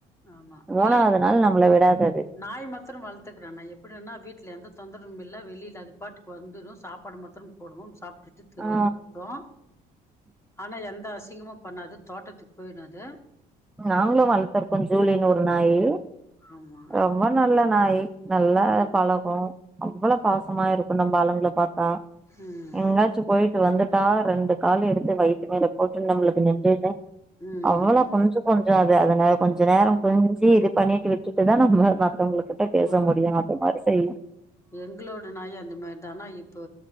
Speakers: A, on the left (about 15°); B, in the centre.
A: ஆமா
B: மூணாவது
A: இல்ல
B: நாள் நம்மள விடாது அது
A: நாய் மத்தரம் வளத்துக்கறேன் நா எப்டின்னா வீட்ல எந்த தொந்தரமும் இல்ல வெளில அது பாட்டுக்கு வந்துடு சாப்பாடு மாத்திரம் போடவும் சாப்ட்டு தெருவெல்லாம்
B: ஆ
A: சுத்தும் ஆனா எந்த அசிங்கமும் பண்ணாது தோட்டத்துக்கு போயிடு அது
B: நாங்களும் வளத்துர்க்கோ ஜூலினு ஒரு நாயி
A: ஆமா
B: ரொம்ப நல்ல நாயி நல்லா
A: ம்
B: பழகும் அவ்ளோ பாசமா இருக்கும் நம்ப ஆளுங்கள பாத்தா
A: ம்
B: எங்காச் சும் போயிட்டு வந்துட்டா ரெண்டு காலயு எடுத்து வயித்து மேல போட்டு நம்புளுக்கு நெம்மேல
A: ம்
B: அவ்ளோ கொஞ்சும் கொஞ்சாது அத கொஞ்ச நேரோ கொஞ்சி இது பண்ணிட்டு விட்டுட்டுதா நம்ம மத்தவங்களுக்கு பேச
A: ஆ
B: முடியும் அது மாரி செய்யும்
A: எங்களோட நாயும் அந்த மாரி தா ஆனா இப்போ